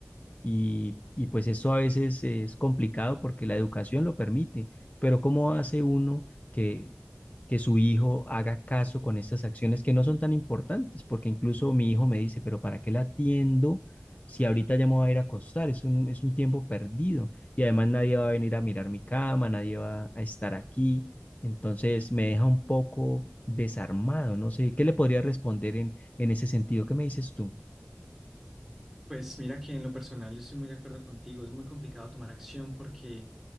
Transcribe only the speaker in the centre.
Pues mira que en lo personal yo estoy muy de acuerdo contigo. Es muy complicado tomar acción porque